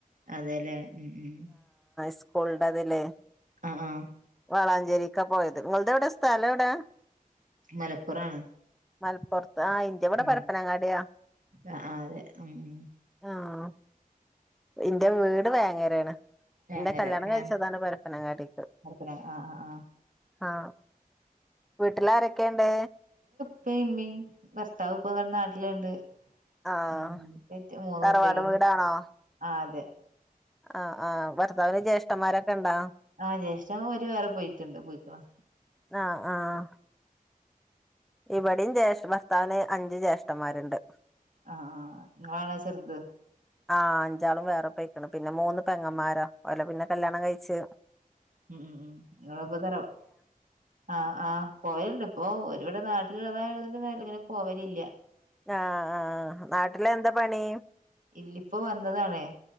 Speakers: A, on the right; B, in the centre.
A: അതെലെ ഉം ഉം
B: സ്കൂൾന്റെതിലേ
A: ആഹ് ആഹ്
B: വളാഞ്ചേരിക്ക പോയെത്. നിങ്ങൾതെവ്ടെ സ്ഥലവ്ടെ?
A: മലപ്പുറാണ്
B: മൽപ്പൊർത്ത് ആ ഇന്റവ്ടെ
A: ഉം
B: പരപ്പനാങ്ങാട്യാ
A: ആഹ് ആഹ് അതെ ഉം ഉം
B: ആഹ് ഇന്റെ വീട് വേങ്ങേരേണ്.
A: വേങ്ങര
B: ന്റെ കല്യാണം കഴിച്ചതാണ്
A: ഏഹ്
B: പരപ്പനങ്ങാടീക്ക്
A: മലപ്പുറം ആഹ് ആഹ് ആഹ്
B: ആ വീട്ടിലാരെക്കെണ്ട്
A: ഇപ്പയേം ഇമ്മീം ഭർത്താവ് ഇപ്പവ നാട്ടില്ണ്ട്.
B: ആഹ്
A: ഉം <unintelligible> മൂന്ന്
B: തറവാട്
A: കുട്ട്യളും
B: വീടാണോ
A: ആതെ.
B: ആഹ് ആഹ് വർ ർത്താവിന് ജ്യേഷ്ഠന്മാരൊക്കെണ്ടോ
A: ആഹ് ജ്യേഷ്ഠൻ ഓര് വേറെ പോയിട്ടുണ്ട് പോയിക്കണ്
B: ആ ആഹ് ഇവെടെയും ജ്യേഷ ഭർത്താവിന് അഞ്ച് ജ്യേഷ്ഠന്മാര്ണ്ട്.
A: ആഹ് ആ നിങ്ങളാണോ ചെർത്?
B: ആ അഞ്ചാളും വേറെ പേയ്ക്കെണ് പിന്നെ മൂന്ന് പെങ്ങമാരാ ഓലെപിന്നെ കല്യാണംകഴിച്ച്
A: മം മം ഇങ്ങള്പ്പതറവ ആ ആ പോയൽണ്ട്പ്പ ഓര് വടെ നാ ത്തുള്ളതായിയുള്ളവെരിങ്ങനെ പോവലില്ല.
B: ആ ആ ആ നാട്ടിലെന്താ പണി?
A: ഇല്ലിപ്പോ വന്നതാണേ